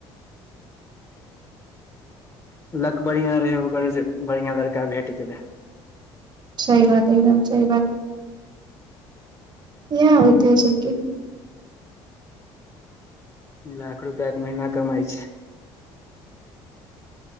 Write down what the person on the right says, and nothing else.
सही बात एकदम सही बात। येह होतेअ छै कि